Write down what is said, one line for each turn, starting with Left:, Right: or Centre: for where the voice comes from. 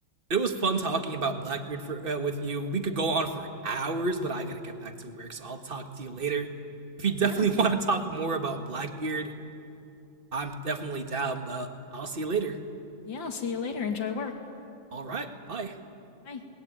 Right: it was fun talking about Blackbeard for uh, with you. We could go on for hours, but I gotta get back to work, so I'll talk to you later. If you definitely
Left: Yeah.
Right: <laughs> want to talk more about Blackbeard, I'm definitely down. But I'll see you later.
Left: Yeah. See you later. Enjoy work.
Right: All right, bye.
Left: Bye.